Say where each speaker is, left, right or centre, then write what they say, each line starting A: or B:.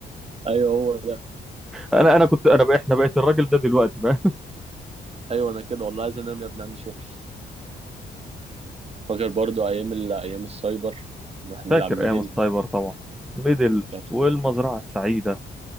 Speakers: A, on the right; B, in the centre.
A: ايوه هو ده
B: انا انا كنت انا بقى احنا بقيت الراجل ده دلوقتي بقى
A: ايوه انا كده والله عايز انام يا ابني عندي شغل فاكر برضو ايام ال... ايام السايبر
B: <laughs>
A: نروح نلعب
B: فاكر
A: ميدل
B: ايام السايبر طبعا ميدل
A: كانت-
B: والمزرعه السعيده